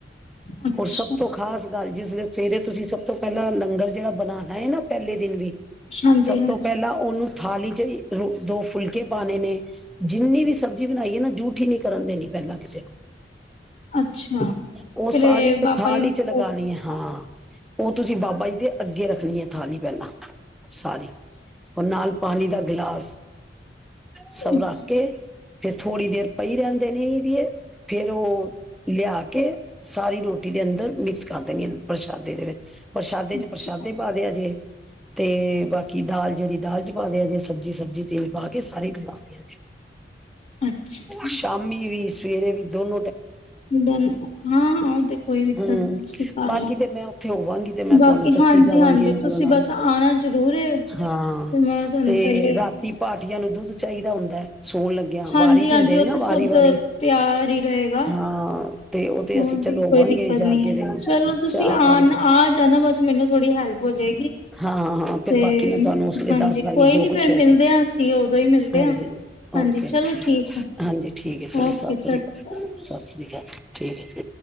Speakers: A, on the left (about 40°); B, in the centre.
A: ਅੱਛਾ
B: ਹੋਰ ਸਭ ਤੋਂ ਖ਼ਾਸ ਗੱਲ ਜਿਸ ਵਿੱਚ ਸਵੇਰੇ ਤੁਸੀਂ ਸਭ ਤੋਂ ਪਹਿਲਾਂ ਲੰਗਰ ਜਿਹੜਾ ਬਣਾ ਲਣਾ ਹੈ ਨਾ ਪਹਿਲੇ ਦਿਨ ਵੀ--ਸਭ
A: ਹਾਂਜੀ ਹਾਂਜੀ
B: ਤੋਂ ਪਹਿਲਾਂ ਉਹਨੂੰ ਥਾਲੀ ਚ ਰੋ ਦੋ ਫੁਲਕੇ ਪਾਉਣੇ ਨੇ ਜਿੰਨੀ ਵੀ ਸਬਜ਼ੀ ਬਣਾਈਏ ਨਾ ਜੂਠੀ ਨਹੀਂੀ ਕਰਨ ਦੇਣੀ ਪਹਿਲਾਂ ਕਿਸੇ ਨੂੰ।
A: ਅੱਛਾ
B: ਉਹ
A: ਫਿਰ
B: ਸਾਰੀ ਇੱਕ
A: ਬਾਬਾ
B: ਥਾਲੀ
A: ਜੀ ਨੂੰ
B: ਚ
A: ਭੋਗ
B: ਲਗਉਣੀ
A: ਲਗਾਣਾ
B: ਹੈ ਹਾਂ। ਉਹ ਤੁਸੀਂ ਬਾਬਾ ਜੀ ਦੇ ਅੱਗੇ ਰੱਖਣੀ ਹੈ ਥਾਲੀ ਪਹਿਲਾਂ। ਸਾਰੀ। ਹੁਣ ਨਾਲ ਪਾਣੀ ਦਾ ਗਲਾਸ। ਸਵਰਾਕੇ
A: ਅੱਛਾ
B: ਕੇ। ਫੇਰ ਥੋੜ੍ਹੀ ਦੇਰ ਪਈ ਰਹਿੰਦੇ ਨੇ ਇਹਦੀਏ ਫੇਰ ਉਹ ਲਿਆ ਕੇ ਸਾਰੀ ਰੋਟੀ ਦੇ ਅੰਦਰ ਮਿਕਸ ਕਰ ਦੇਣੀ ਪ੍ਰਸ਼ਾਦੇ ਦੇ ਵਿੱਚ ਪ੍ਰਸ਼ਾਦੇ ਚ
A: ਅੱਛਾ
B: ਪ੍ਰਸ਼ਾਦੇ ਪਾਦੇ ਜੇ ਤੇ ਬਾਕੀ ਕਿ ਦਾਲ ਜਿਹੜੀ ਦਾਲ ਚ ਪਾਉਂਦੇ ਆ ਜੇ ਸਬਜ਼ੀ, ਸਬਜ਼ੀ ਤੇ ਪਾ ਕੇ ਸਾਰੇ ਬਲਾਉਂਦੇ ਆ ਜੇ।
A: ਅੱਛਾ
B: ਸ਼ਾਮੀ ਵੀ ਰੇ ਵੀ ਦੋਨ
A: ਦ ਹਾਂ ਹਾਂ ਉਹ ਤੇ ਕੋਈ ਦਿੱਕਤ
B: ਹੂੰ
A: ਨੀ ਅਸੀਂ ਕਰ
B: ਬਾਕੀ
A: ਲਵਗੇ
B: ਤੇ ਮੈਂ ਉੱਥੇ ਹੋਵਾਂਗੀ ਤੇ ਮੈਂ ਤੁਹਾਨੂੰ
A: ਬਾਕੀ ਹਾਂਜੀ,
B: ਦੱਸੀ ਜਾਵਾਂਗੀ
A: ਹਾਂਜੀ
B: ਨਾਲੋਂ
A: ਤੁਸੀਂ
B: ਨਾਲ
A: ਬਸ ਆਉਣਾ ਜ਼ਰੂਰ।
B: ਹਾਂ
A: ਤੇ ਮੈਂ ਤੁਹਾਨੂੰ
B: ਤੇ
A: ਪਹਿਲੇ
B: ਰਾਤੀ ਭਠ <unintelligible> ਸੌਣ ਲੱਗਿਆ
A: ਹਾਂਜੀ-ਹਾਂਜੀ,
B: ਵਾਰੀ ਦੇ ਹੁੰਦੇ
A: ਉਹ
B: ਨੇ ਨਾ
A: ਤੇ
B: ਵਾਰੀ
A: ਸਭ
B: ਵਾਰੀ
A: ਤਿਆਰ ਹੀ ਰਹੇਗਾ।
B: ਹਾਂ। ਤੇ ਉਹ
A: ਉਹਦੀ
B: ਤੇ ਅਸੀਂ ਚਲੋ ਹੋਵਾਂਗੇ
A: ਕੋਈ ਦਿੱਕਤ
B: ਜਾ
A: ਨੀ
B: ਕੇ
A: ਹੈ
B: ਤੇ
A: ਚਲੋ ਤੁਸੀਂ
B: ਚਾਹ
A: ਆ
B: ਪਾਣੀ ਸ
A: ਆ ਜਾਣਾ ਬਸ ਮੈਨੂੰ ਥੋੜੀ ਹੈਲਪ। ਹੋ ਜਾਏਗੀ
B: ਹਾਂ ਹਾਂ ਫਿਰ
A: ਤੇ
B: ਬਾਕੀ ਮੈਂ ਤੁਹਾਨੂੰ ਉਸ ਲਈ
A: ਹਾਂਜੀ
B: ਦੱਸ
A: ਕੋਈ
B: ਦਾਂਗੀ ਜੋ
A: ਨੀ
B: ਕੁਛ
A: ਫੇਰ
B: ਹੋਏ
A: ਮਿਲਦੇ
B: ਕਰ
A: ਹਾਂ ਅਸੀਂ ਉਦੋਂ ਹੀ ਮਿਲਦੇ
B: ਹਾਂਜੀ
A: ਹਾਂ ਹਾਂਜੀ
B: ਓਕੇ
A: ਚਲੋ ਠੀਕ ਹੈ
B: ਹਾਂਜੀ ਠੀਕ ਹੈ। ਚਲੋ
A: ਓਕੇ
B: ਸਤ
A: ਸਤਿ
B: ਸ੍ਰੀ
A: ਸ਼੍ਰੀ
B: ਅਕਾਲ। ਸਤਿ ਸ੍ਰੀ ਅਕਾਲ। ਠੀਕ